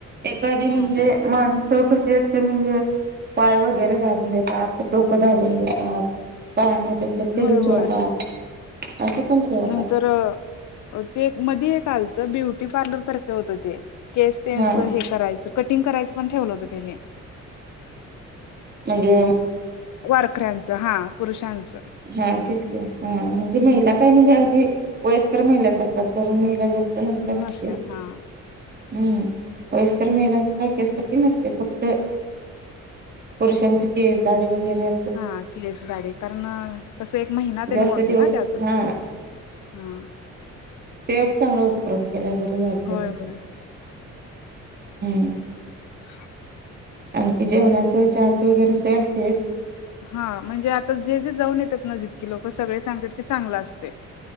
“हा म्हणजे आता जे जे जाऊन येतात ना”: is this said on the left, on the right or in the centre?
Left